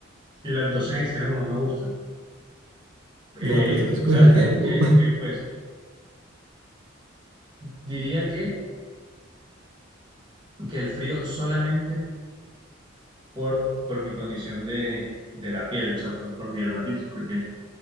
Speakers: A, on the right (about 25°); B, on the right (about 80°).
A: las dos en extremos no me gustan. Eh,
B: No, pero tengo que escoger
A: sabes que,
B: algo.
A: que,
B: <laughs>
A: que, pues diría que, que el frío solamente por, por mi condición de, de la piel, o sea, por, por mi dermatitis, porque